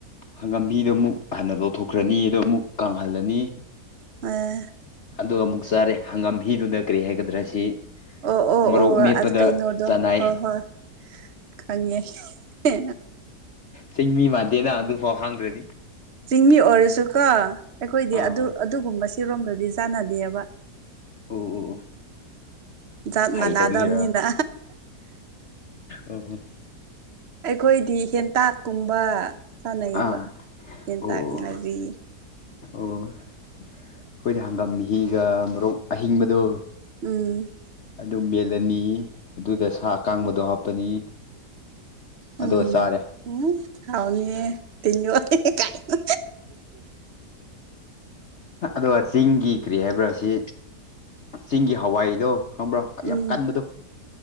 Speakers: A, on the left (about 55°); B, on the right (about 45°).
A: ꯍꯪꯒꯝꯍꯤꯗꯣ ꯑꯃꯨꯛ ꯍꯟꯅ ꯂꯧꯊꯣꯛꯈ꯭ꯔꯅꯤ ꯑꯗꯣ ꯑꯃꯨꯛ ꯀꯥꯡꯍꯜꯂꯅꯤ
B: ꯑ
A: ꯑꯗꯨꯒ ꯑꯃꯨꯛ ꯆꯥꯔꯦ ꯍꯪꯒꯥꯝ ꯍꯤꯗꯨꯗ ꯀꯔꯤ ꯍꯥꯏꯒꯗ꯭ꯔꯥ ꯁꯤ
B: ꯑꯣ ꯑꯣ
A: ꯃꯣꯔꯣꯛ
B: ꯑꯣ
A: ꯃꯦꯞꯄꯗ
B: ꯑꯁ ꯀꯩꯅꯣꯗꯣ
A: ꯆꯥꯟꯅꯥꯏ
B: ꯍꯣꯏ ꯍꯣꯏ ꯈꯪꯉꯦ ꯑ
A: ꯆꯤꯡꯃꯤ ꯃꯥꯟꯗꯦꯅ ꯑꯗꯨꯐꯥꯎ ꯍꯥꯡꯗ꯭ꯔꯗꯤ
B: ꯆꯤꯡꯃꯤ ꯑꯣꯏꯔꯁꯨꯀꯣ ꯑꯩꯈꯣꯏꯗꯤ
A: ꯑꯥ
B: ꯑꯗꯨ ꯑꯗꯨꯒꯨꯝꯕ ꯁꯤꯔꯣꯝꯗꯨꯗꯤ ꯆꯥꯟꯅꯗꯦꯕ
A: ꯎ ꯎ
B: ꯖꯥꯠ
A: ꯍꯩꯇꯕꯤꯒꯤꯔ
B: ꯃꯥꯟꯅꯗꯕꯅꯤꯅ
A: ꯑꯣ
B: ꯑꯩꯈꯣꯏꯗꯤ ꯍꯦꯟꯇꯥꯛꯀꯨꯝꯕ ꯆꯥꯟꯅꯩꯌꯦꯕ
A: ꯑꯥ
B: ꯍꯦꯟꯇꯥꯛ
A: ꯑꯣ ꯑꯣ
B: ꯉꯔꯤ
A: ꯑꯣ ꯑꯩꯈꯣꯏꯗꯤ ꯍꯪꯒꯥꯝꯍꯤꯒ ꯃꯔꯣꯛ ꯑꯍꯤꯡꯕꯗꯣ
B: ꯎꯝ
A: ꯑꯗꯨꯝ ꯃꯦꯠꯂꯅꯤ ꯑꯗꯨꯗ ꯁꯥ ꯑꯀꯥꯡꯕꯗꯣ ꯍꯥꯞꯄꯅꯤ
B: ꯎꯝ
A: ꯑꯗꯨꯒ ꯆꯥꯔꯦ
B: ꯎꯝ ꯍꯥꯎꯅꯤꯍꯦ ꯇꯤꯟ ꯌꯣꯠꯂꯦ ꯀꯥꯏꯅ
A: ꯑꯗꯨꯒ ꯆꯤꯡꯒꯤ ꯀꯔꯤ ꯍꯥꯏꯕ꯭ꯔꯥ ꯁꯤ ꯆꯤꯡꯒꯤ ꯍꯋꯥꯏꯗꯣ ꯈꯪꯕ꯭ꯔꯣ
B: ꯎꯝ
A: ꯌꯥꯝ ꯀꯟꯕꯗꯣ